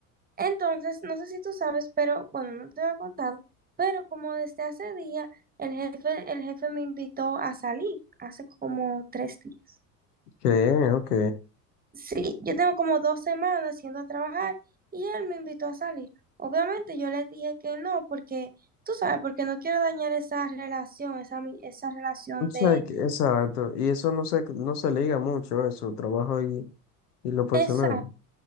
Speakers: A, on the right; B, on the left.
A: Entonces, no sé si tú sabes, pero bueno, no te había contado, pero como desde hace día el jefe, el jefe me invitó a salir, hace como tres días.
B: ¿Qué? ok.
A: Sí, yo tengo como dos semanas yendo a trabajar y él me invitó a salir. Obviamente yo le dije que no, porque tú sabes, porque no quiero dañar esa relación, esa, mi- esa relación
B: O sea,
A: de
B: que- exacto. Y eso no se, no se liga mucho, eso, trabajo y, y lo personal.
A: esa.